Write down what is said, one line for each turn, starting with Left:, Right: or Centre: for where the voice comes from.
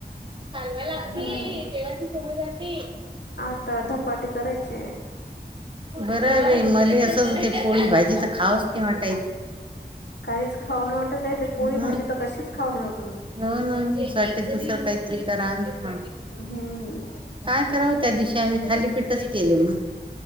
Right: लागती
Left: हम्म
Right: देवाची समज हा ती
Left: आता धपाटे करायचे.
Right: बरंय बाई, मले असंचं होतंय पोळी भाजी त खावंच नाय वाट
Left: काहीच खाऊ नै वाटतये. ती
Right: आता
Left: पोळी भाजी त कशीच खाऊ नै वा
Right: हो ना. असं वाटतंय दुसरं काहीतरी करा ह
Left: हम्म
Right: काय करावं त्या दिवशी आम्ही थालीपीठच केले म.